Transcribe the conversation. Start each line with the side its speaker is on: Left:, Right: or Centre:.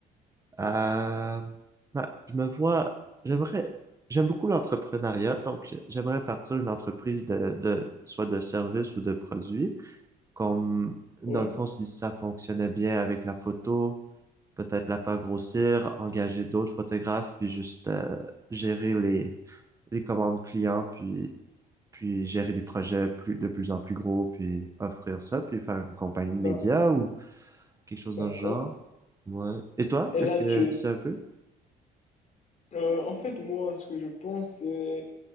Right: Euh, bah, je me vois, j'aimerais, j'aime beaucoup l'entrepreneuriat, donc j'ai- j'aimerais partir une entreprise de, de, soit de service ou de produit, comme, dans
Left: Ouais,
Right: le fond, si ça fonctionnait bien avec la photo. peut-être la faire grossir, engager d'autres photographes, puis juste euh, gérer les, les commandes clients, puis, puis gérer des projets plus, de plus en plus gros, puis offrir ça, puis faire une compagnie de médias
Left: d'a-
Right: ou quelque chose
Left: d'accord.
Right: dans le genre. Ouais. Et toi,
Left: Et
Right: est-ce
Left: là,
Right: que
Left: tu,
Right: tu sais un peu?
Left: euh, en fait, moi, ce que je pense, c'est